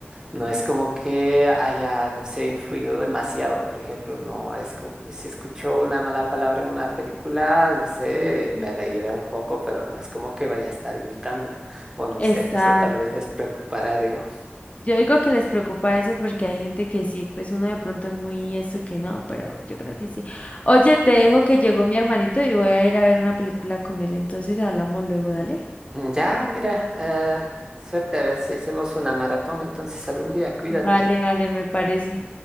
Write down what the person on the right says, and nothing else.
no es como que haya, no sé, influido demasiado, por ejemplo, no es como si escucho una mala palabra en una película, no sé, me reiré un poco, pero no es como que vaya a estar imitándola, o no
sé, eso tal vez les preocupará, digo.
Ya, mira, eh, suerte a ver si hacemos una maratón entonces algún día, cuídate.